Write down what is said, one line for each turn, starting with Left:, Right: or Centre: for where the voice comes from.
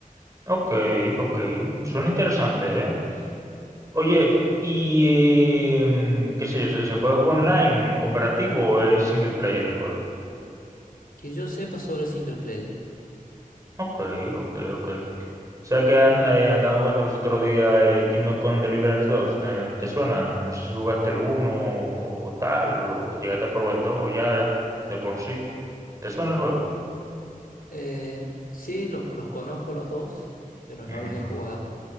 Right: Ok, ok. Suena interesante, ¿eh? Oye, y eh, mm, qué sé yo, ¿se, se puede jugar online, en cooperativo o es single player el juego?
Left: Que yo sepa solo el single player.
Right: Ok, ok, ok. O sea que an- eh, andaba jugando los otros días eh, Kingdom Come Deliverance 2, eh, ¿te suena? No sé si jugaste el uno o, o tal, o llegaste a probar el 2 ya de por sí. ¿Te suena el juego?
Left: Eh, sí, lo- los conozco los dos, pero
Right: Ujú.
Left: no los he jugado.